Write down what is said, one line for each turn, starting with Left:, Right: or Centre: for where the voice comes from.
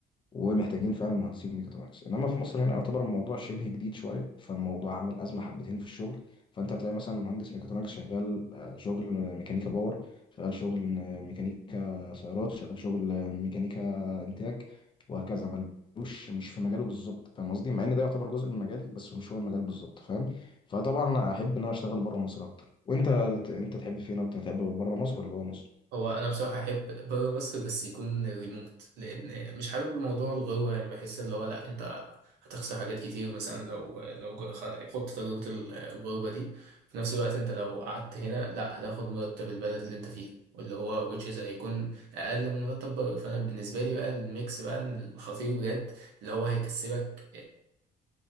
Left: ومحتاجين فعلا مهندسين ميكاترونكس انما في مصر هنا يعتبر الموضوع شبه جديد شويه فالموضوع عامل ازمه حبتين في الشغل فانت هتلاقي مثلا مهندس ميكاترونكس شغال آه، شغل ميكانيكا باور شغال شغل آه، ميكانيكا سيارات شغال شغل آه، ميكانيكا انتاج وهكذا ملوش مش في مجاله بالظبط فاهم قصدي مع ان ده يعتبر جزء من مجالي بس مش هو المجال بالظبط فاهم فطبعا انا احب ان انا اشتغل بره مصر اكتر وانت انت تحب فين اكتر تحب بره مصر ولا جوه مصر
Right: هو انا بصراحه احب بره مصر بس يكون ريموت لان مش حابب موضوع الغربه يعني بحس اللي هو لا انت هتخسر حاجات كتير مثلا لو لو جا- خ- خدت تجربه ال- الغربه دي في نفس الوقت انت لو قعدت هنا لا هتاخد مرتب البلد اللي انت فيها واللي هو which is هيكون اقل من مرتب بره فانا بالنسبه لي بقى الميكس بقى الخطير بجد اللي هو هيكسبك